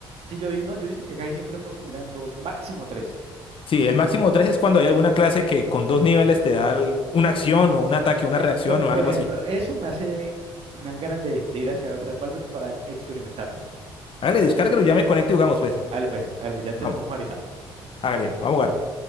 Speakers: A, on the right (about 60°); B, on the left (about 50°).
A: Sí, yo vi, no, yo he visto que casi siempre fueron combinan dos, máximo tres.
B: Sí, el máximo tres es cuando hay alguna clase que con dos niveles te da al- una acción o un ataque, una
A: Eh,
B: reacción
A: Por,
B: o
A: por
B: algo
A: ejemplo,
B: así.
A: eso me hace, me dan ganas de, de ir a descargar otra vez Baldur's para experimentarlo.
B: Hágale, descárguelo, ya me conecto y jugamos pues.
A: Dale pues, al brillante
B: Vamos,
A: nos vemos ahorita.
B: hágale, vamos a jugar.